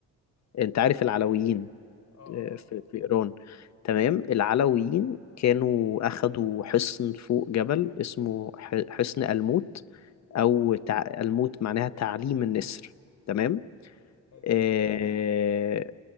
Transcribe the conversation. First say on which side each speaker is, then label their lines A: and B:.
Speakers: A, on the left; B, on the left.
A: أنت عارف العلويين
B: اه اه طبعا
A: في في إيران تمام العلويين كانوا أخدوا حصن فوق جبل اسمه ح- حصن الموت أو تع... الموت معناها تعليم النسر تمام
B: حلو
A: آه...